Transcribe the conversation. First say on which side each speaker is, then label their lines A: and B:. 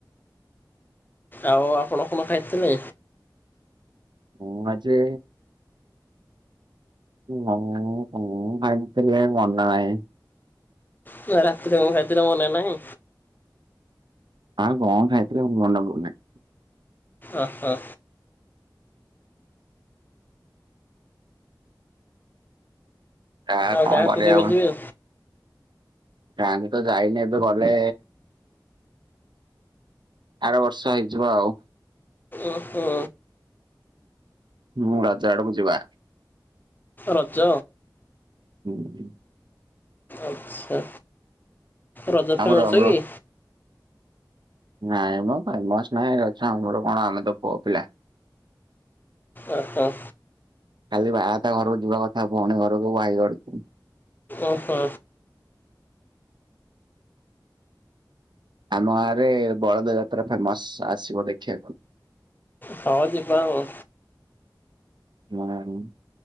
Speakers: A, on the left; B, on the right.
A: ଆଉ ଆପଣ କଣ ଖାଇଥିଲେ।
B: ମୁଁ ଆଜି। ମନ୍ କଁ ଖାଇଥିଲି ମନେ ନାଇଁ।
A: କି ବା ରାତିରେ କଣ ଖାଇଥିଲ ‌ମନେ ନାହିଁ।
B: ଆଉ ‌କଁ ଖାଇଥିଲି ମୋର ମନେ ପଡୁନି।
A: ଓ ହୋ।
B: ଆ
A: ଆଉ
B: କଣ
A: ଗାଁ
B: କରିବା
A: କୁ କେବେ ଯିବେ।
B: ଗାଁ କୁ ତ ଯାଇନି ଏବେ ଗଲେ। ଆର ବର୍ଷ ହେଇଯିବ ଆଉ।
A: ଓହୋ।
B: ହୁଁ ରଜ ଆଡକୁ ଯିବା।
A: ରଜ।
B: ହୁଁ।
A: ଆଛା ରଜ
B: ଆମର
A: ଫେମସ
B: ଆମର
A: କି।
B: ନାଇଁ ମ ଫେମସ ନାଇ ରଜ ଆମର କଣ ଆମେ ତ ପୁଅ ପିଲା।
A: ଓ ହୋ।
B: ଖାଲି ‌ଆ ତା ‌ଘରକୁ ଯିବା କଥା ଭଉଣୀ ଘରକୁ ଭାଇ ଘରକୁ।
A: ଓହୋ।
B: ଆମ ଗାଁରେ ବଳଦ ଯାତ୍ରା ଫେମସ୍ ଆସିବ ଦେଖିବାକୁ।
A: ହଁ ଜିବା ଆଉ।
B: ମୁଁ ବା ଜିବି।